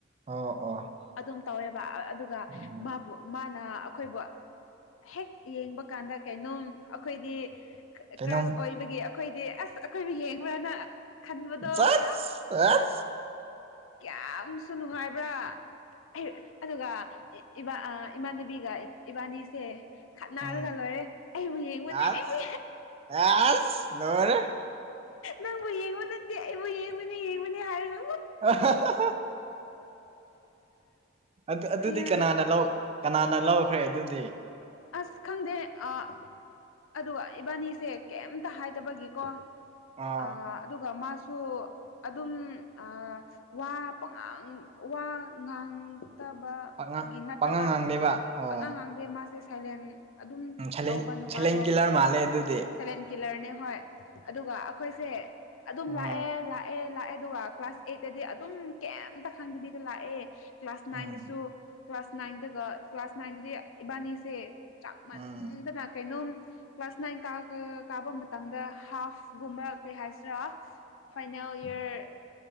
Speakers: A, on the right; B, on the left.
A: ꯑꯣ ꯑꯣ
B: ꯑꯗꯨꯝ ꯇꯧꯋꯦꯕ ꯑꯗꯨꯒ
A: ꯎꯝ
B: ꯃꯥꯕꯨ ꯃꯥꯅ ꯑꯩꯈꯣꯏꯕꯨ ꯍꯦꯛ ꯌꯦꯡꯕ ꯀꯥꯟꯗ ꯀꯩꯅꯣꯝ ꯑꯩꯈꯣꯏꯗꯤ
A: ꯀꯩꯅꯣꯝ
B: ꯀ꯭ꯔꯥꯁ ꯑꯣꯏꯕꯒꯤ ꯑꯈꯣꯏꯗꯤ ꯑꯁ ꯑꯈꯣꯏꯕꯨ ꯌꯦꯡꯕ꯭ꯔꯅ ꯈꯟꯕꯗꯣ
A: ꯆꯠ
B: ꯑꯁ ꯀꯌꯥꯝꯁꯨ ꯅꯨꯡꯉꯥꯏꯕ꯭ꯔꯥ ꯑꯩ ꯑꯗꯨꯒ ꯏ ꯏꯃꯥꯟꯅꯕꯤꯒ ꯏꯕꯥꯅꯤꯁꯦ ꯈꯠꯅꯔꯒ
A: ꯎꯝ
B: ꯂꯣꯏꯔꯦ ꯑꯩꯕꯨ ꯌꯦꯡꯕꯅꯦ
A: ꯑꯁ
B: ꯑꯩꯕꯨ
A: ꯑꯁ ꯂꯣꯏꯔꯦ
B: ꯅꯪꯕꯨ ꯌꯦꯡꯕ ꯅꯠꯇꯦ ꯑꯩꯕꯨ ꯌꯦꯡꯉꯨꯅꯦ ꯌꯦꯡꯕꯅꯦ ꯍꯥꯏꯔꯒ
A: ꯑꯍꯥ ꯍꯥ ꯑꯗꯨ ꯑꯗꯨꯗꯤ
B: ꯑꯌꯥ
A: ꯀꯅꯥꯅ ꯂꯧ ꯀꯅꯥꯅ ꯂꯧꯈ꯭ꯔꯦ ꯑꯗꯨꯗꯤ
B: ꯑꯁ ꯈꯪꯗꯦ ꯑꯥ ꯑꯗꯨꯒ ꯏꯕꯥꯅꯤꯁꯦ ꯀꯩꯝꯇ ꯍꯥꯏꯗꯕꯒꯤꯀꯣ
A: ꯑꯥ
B: ꯑ ꯑꯗꯨꯒ ꯃꯥꯁꯨ ꯑꯗꯨꯝ ꯑꯥ ꯋꯥ ꯄꯉꯥꯡ ꯋꯥ ꯉꯥꯡ ꯐꯠꯇꯕ
A: ꯄꯥꯉꯥꯡ
B: ꯒꯤ ꯅꯠꯇꯕ
A: ꯄꯥꯉꯥꯡ ꯉꯥꯡꯗꯦꯕ ꯑꯣ
B: ꯄꯥꯉꯥꯡ ꯉꯥꯡꯗꯦ ꯃꯥꯁꯦ ꯁꯥꯏꯂꯦꯟ ꯑꯗꯨꯝ
A: ꯎꯝ ꯁꯂꯦꯟ
B: ꯇꯧꯕ ꯅꯨꯄꯥ
A: ꯁꯂꯦꯟ
B: ꯗꯣ
A: ꯀꯤꯂꯔ ꯃꯥꯜꯂꯦ ꯑꯗꯨꯗꯤ
B: ꯁꯥꯏꯂꯦꯟ ꯀꯤꯂꯔꯅꯦ ꯍꯣꯏ ꯑꯗꯨꯒ ꯑꯩꯈꯣꯏꯁꯦ ꯑꯗꯨꯝ ꯂꯥꯛꯑꯦ
A: ꯑ
B: ꯂꯥꯛ ꯂꯥꯛꯑꯦ ꯂꯥꯛꯑꯦ ꯑꯗꯨꯒ ꯀ꯭ꯂꯥꯁ ꯑꯩꯠꯇꯗꯤ ꯑꯗꯨꯝ ꯀꯩꯝꯇ ꯈꯪꯗꯕꯤꯗ ꯂꯥꯛꯑꯦ ꯀ꯭ꯂꯥꯁ ꯅꯥꯏꯟꯗꯁꯨ
A: ꯎꯝ
B: ꯀ꯭ꯂꯥꯁ ꯅꯥꯏꯟꯗꯒ ꯀ꯭ꯂꯥꯁ ꯅꯥꯏꯟꯗꯗꯤ ꯏꯕꯥꯅꯤꯁꯦ ꯆꯥꯛꯃꯟꯗꯅꯥ
A: ꯎꯝ
B: ꯀꯩꯅꯣꯝ ꯀ꯭ꯂꯥꯁ ꯅꯥꯏꯟ ꯀ ꯀꯥꯕ ꯃꯇꯝꯗ ꯍꯥꯞꯒꯨꯝꯕ ꯀꯩ ꯍꯥꯏꯁꯤꯔꯥ ꯐꯥꯏꯅꯦꯜ ꯏꯌꯔ